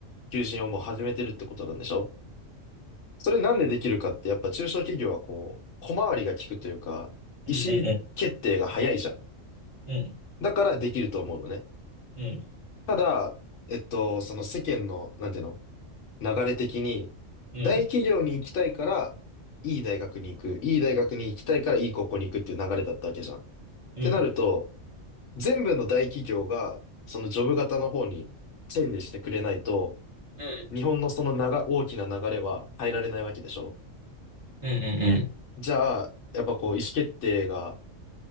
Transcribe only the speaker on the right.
うんうんうん。
うん。うん。
うん。
うん。
うん。
うん。うん。